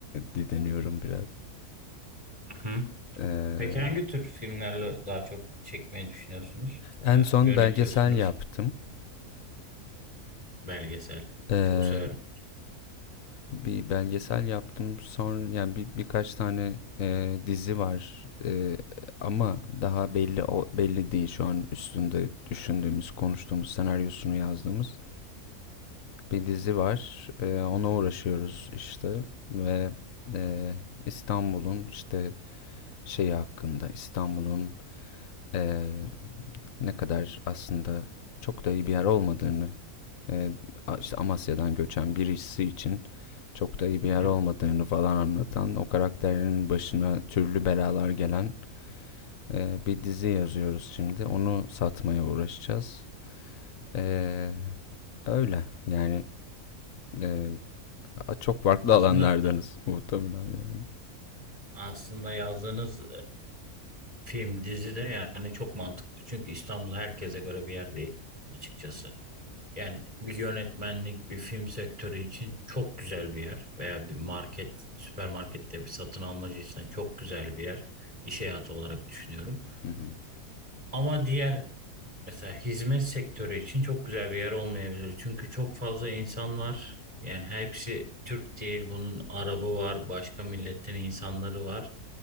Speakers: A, on the left (about 65°); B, on the right (about 25°).
A: didiniyorum biraz.
B: Hı.
A: Eee,
B: Peki hangi tür filmlerle daha çok çekmeyi düşünüyorsunuz? Veya
A: en son
B: yönetiyorsunuz?
A: belgesel yaptım.
B: Belgesel.
A: Eee,
B: Çok severim.
A: bir belgesel yaptım. Sonra yani bir, birkaç tane e, dizi var. E, ama daha belli o, belli değil şu an üstünde düşündüğümüz, konuştuğumuz, senaryosunu yazdığımız bir dizi var. E, ona uğraşıyoruz işte ve e, İstanbul'un işte şeyi hakkında İstanbul'un e, ne kadar aslında çok da iyi bir yer olmadığını e, işte Amasya'dan göçen birisi için çok da iyi
B: Hı
A: bir yer
B: hı.
A: olmadığını falan anlatan, o karakterin başına türlü belalar gelen e, bir dizi yazıyoruz şimdi. Onu satmaya uğraşacağız. E, öyle yani e, çok farklı
B: Aslında
A: alanlardanız muhtemelen yani.
B: aslında yazdığınız Film, dizi de yani çok mantıklı. Çünkü İstanbul herkese göre bir yer değil açıkçası. Yani bir yönetmenlik, bir film sektörü için çok güzel bir yer. Veya bir market, süpermarkette bir satın almacıysan çok güzel bir yer. İş hayatı olarak düşünüyorum.
A: Hı hı.
B: Ama diğer mesela hizmet sektörü için çok güzel bir yer olmayabilir. Çünkü çok fazla insan var. Yani hepsi Türk değil. Bunun Arabı var, başka milletten insanları var.